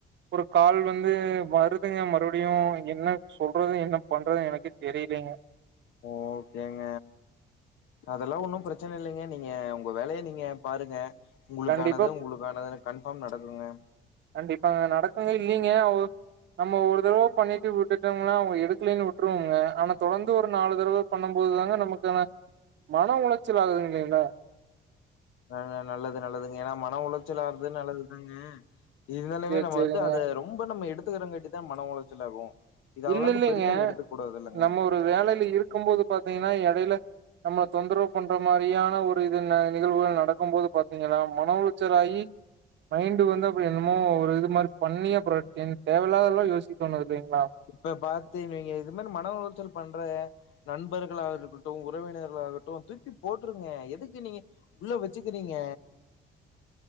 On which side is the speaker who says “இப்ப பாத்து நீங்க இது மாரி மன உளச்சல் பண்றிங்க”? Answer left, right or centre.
Left